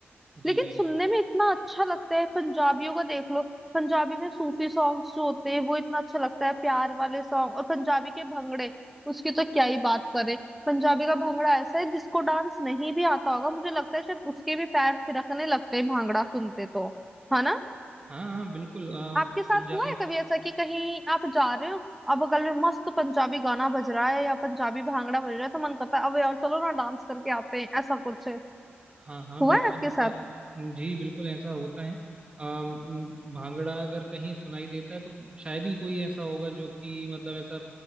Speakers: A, on the right; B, in the centre.
A: जी
B: लेकिन
A: जी
B: सुनने में इतना अच्छा लगता है पंजाबियों का देख लो पंजाबी में सूफी सॉन्ग्स जो होते हैं वो इतना अच्छा लगता है प्यार वाले सॉन्ग और पंजाबी के भंगड़े उसकी तो क्या ही बात करें पंजाबी का भंगड़ा ऐसा है जिसको डांस नहीं भी आता होगा मुझे लगता है शायद उसके भी पैर थिरकने लगते हैं भांगड़ा सुनते तो है ना
A: हाँ हाँ हाँ, बिल्कुल अ,
B: आपके साथ
A: पंजाबी
B: हुआ है कभी ऐसा कि कहीं आप जा रहे हो अब बगल में मस्त पंजाबी गाना बज रहा है या पंजाबी भांगड़ा बज रहा है तो मन करता है अब यार चलो ना डांस करके आते हैं ऐसा कुछ
A: हाँ हाँ
B: हुआ
A: बिल्कुल
B: है आपके
A: ऐसा
B: साथ
A: जी बिल्कुल ऐसा होता है अम, भांगड़ा अगर कहीं सुनाई देता है तो शायद ही कोई ऐसा होगा जो कि मतलब ऐसा